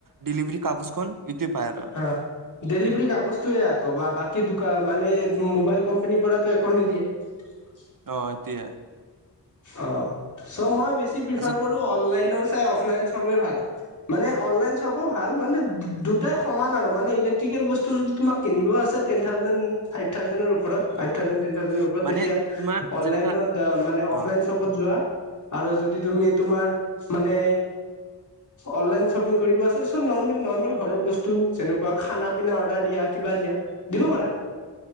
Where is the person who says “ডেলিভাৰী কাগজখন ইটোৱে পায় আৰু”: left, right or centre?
Right